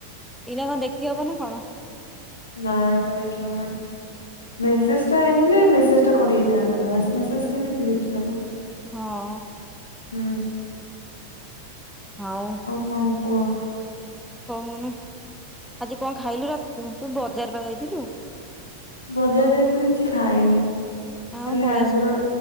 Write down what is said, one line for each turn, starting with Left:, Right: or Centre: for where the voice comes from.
Centre: ଏଇନା କଣ ଦେଖି ହବ ନା କଣ?
Left: ନାଇଁ ବା ଦେଖି ହବନି। ମେସେଜ୍
Centre: ଉଁ
Left: ଟା ଆଇଥିଲେ ମେସେଜ୍ ଟା କରିହେଇଥାନ୍ତା। ଭଏସ୍ ମେସେଜ୍ କେମିତି ଦେଖିହବ।
Centre: ହଁ।
Left: ହୁଁ।
Centre: ଆଉ
Left: କଣ କୁହ
Centre: କହୁନୁ, ଆଜି କଣ ଖାଇଲୁ ରା ତୁ? ତୁ ବଜାର ବା ଯାଇଥିଲୁ।
Left: ବଜାର ଯାଇଥିଲି କିଛି ଖାଇନି। ଖାଲି
Centre: କଣ ପଳେଇ
Left: ଆଇବ୍ରୋ
Centre: ଆସିଲୁ